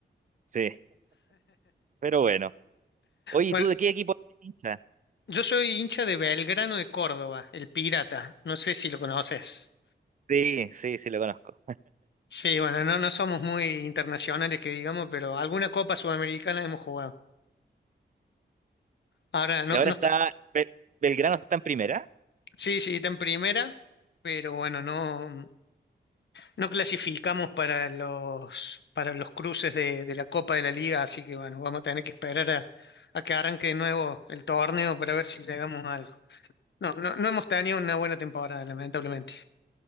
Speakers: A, on the right (about 45°); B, on the left (about 70°).
A: Sí, pero bueno. Oye,
B: Bueno,
A: ¿y ¿tú de qué equipo eres hincha?
B: yo soy hincha de Belgrano de Córdoba, el Pirata. No sé si lo conoces.
A: Sí, sí, sí, lo conozco.
B: Sí, bueno, no, no somos muy internacionales que digamos, pero alguna Copa Sudamericana hemos jugado. Ahora, no,
A: Y ahora
B: no
A: está,
B: está,
A: Bel- Belgrano está en primera.
B: sí, sí, está en primera, pero bueno, no, no clasificamos para los, para los cruces de, de la Copa de la Liga, así que bueno, vamos a tener que esperar a, a que arranque de nuevo el torneo para ver si llegamos a algo. No, no, no hemos tenido una buena temporada, lamentablemente.